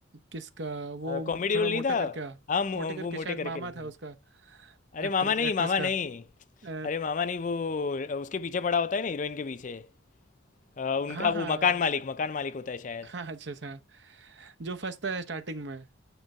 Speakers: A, on the right; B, on the left.
A: किसका वो
B: कॉमेडी
A: थोड़ा
B: रोल नहीं
A: मोटा
B: था
A: करके
B: हाँ मो-
A: मोटे करके
B: वो मोटे
A: शायद
B: करके
A: मामा
B: हाँ।
A: था उसका
B: अरे
A: एक्टर
B: मामा नहीं
A: एक्ट्रेस
B: मामा नहीं
A: का अ,
B: अरे मामा नहीं वो अ, उसके पीछे पड़ा होता है ना हीरोइन के पीछे अ, उनका
A: हाँ हाँ
B: वो मकान मालिक मकान मालिक होता है शायद
A: हाँ अच्छा सा जो फंसता है स्टार्टिंग में